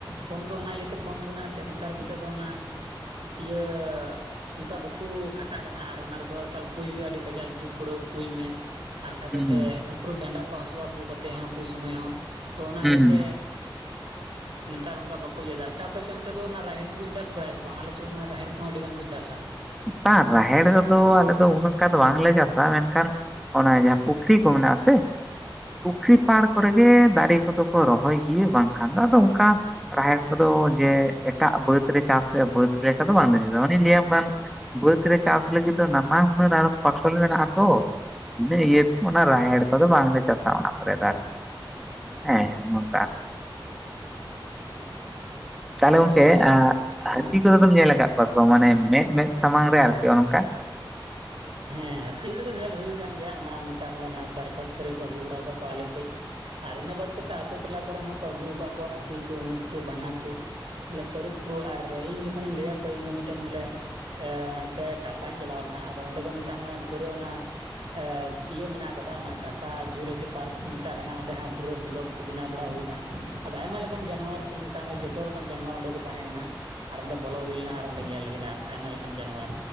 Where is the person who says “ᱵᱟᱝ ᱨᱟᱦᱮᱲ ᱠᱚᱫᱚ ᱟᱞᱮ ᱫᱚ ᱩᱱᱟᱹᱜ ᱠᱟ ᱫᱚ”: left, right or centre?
Centre